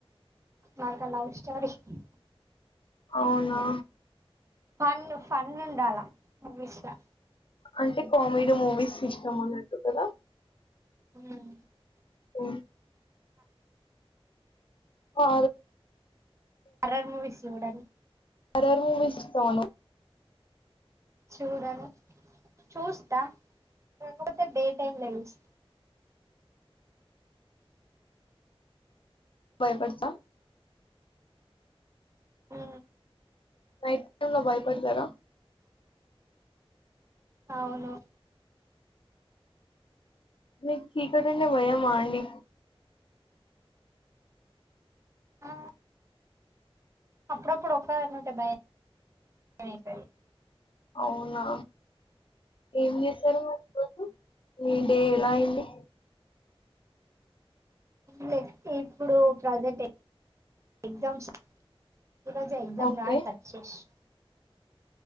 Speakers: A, on the right (about 30°); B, on the left (about 60°).
A: దాని కన్న <inaudible>
B: అవునా
A: ఫన్ ఫన్ ఉండాలా మూవీస్ ల
B: అంటే కామెడీ మూవీస్ ఇష్టం అన్నట్టు కదా
A: మ్
B: ఓ ఆ
A: హర్రర్ మూవీస్ చూడండి
B: హర్రర్ మూవిస్ చూత్తవా నువ్వు
A: చూడను చూస్తా లేకపోతే డే టైం లో చూస్తా
B: భయపడతా
A: ఉ
B: నైట్ టైమ్ లో భయపడతరా
A: అవును
B: మీకు చీకటి అంటే భయమా అండి
A: ఆ అప్పుడప్పుడు ఒక్క దాన్ని ఉంటే భయం అయితది
B: అవునా ఏం చేసారు మరి ఈ రోజు మీ డే ఎలా అయింది
A: లే ఇప్పుడు ప్రజెంట్ ఎ ఎగ్జామ్స్ రోజే ఎగ్జామ్
B: ఓకే
A: రాసి వచ్చేశిన